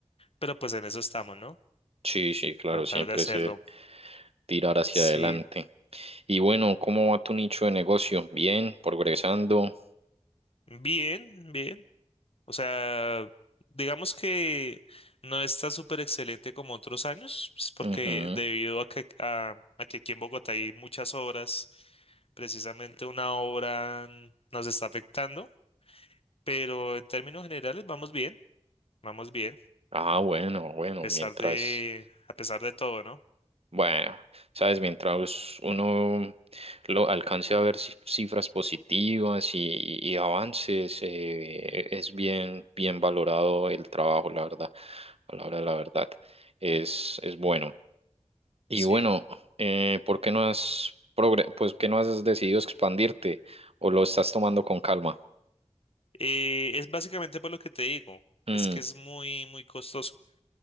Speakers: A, on the left (about 60°); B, on the right (about 60°).
A: pero pues en eso estamos, ¿no?
B: sí, sí, claro,
A: Tratar
B: siempre
A: de hacerlo.
B: es el tirar hacia
A: Sí,
B: adelante. Y bueno, ¿cómo va tu nicho de negocio? Bien, progresando.
A: bien, bien. O sea, digamos que no está súper excelente como otros años, pues, porque
B: Ujú.
A: debido a que, a, a que aquí en Bogotá hay muchas obras, precisamente una obra mm, nos está afectando, pero en términos generales vamos bien, vamos bien.
B: Ah, bueno, bueno,
A: pesar
B: mientras,
A: de, a pesar de todo, ¿no?
B: bueno, sabes, mientras uno lo alcance a ver cif- cifras positivas y, y y avances, eh, es bien, bien valorado el trabajo, la verdad, a la hora de la verdad, es, es bueno. Y
A: Sí.
B: bueno, eh, ¿por qué no has progre- pues, qué no has decidido expandirte o lo estás tomando con calma?
A: Eh, es básicamente por lo que te digo,
B: Mm,
A: es que es muy, muy costoso.